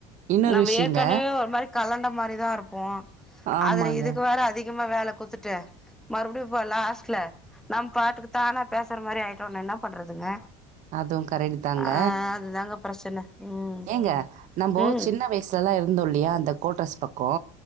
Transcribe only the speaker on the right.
இன்னொரு
விஷயங்க
ஆமாங்க
அதும் கரெக்டுதாங்க
ஏங்க நம்போ
சின்ன வய்சுலலா இருந்தோ இல்லியா அந்த கோட்ரஸ் கோ